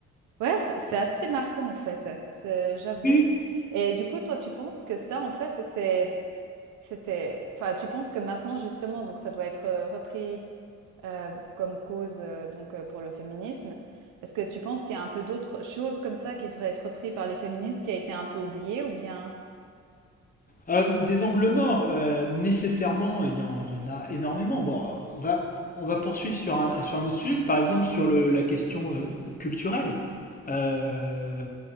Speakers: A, on the right (about 80°); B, on the left (about 30°).
A: ouais, c'est c'est assez marquant, en fait, c'est j'avoue
B: Oui.
A: et du coup, toi, tu penses que ça, en fait, c'est c'était enfin, tu penses que maintenant, justement, donc ça doit être, heu, repris euh, comme cause euh, donc euh, pour le féminisme. Est-ce que tu penses qu'il y a un peu d'autres choses comme ça qui devraient être prises par les féministes, qui a été un peu oubliée ou bien?
B: Euh, des angles morts, euh, nécessairement, il y, en il y en a énormément. Bon, on va, on va poursuivre sur un, sur un autre sujet, c'est par exemple sur le- la question euh, culturelle. Euh,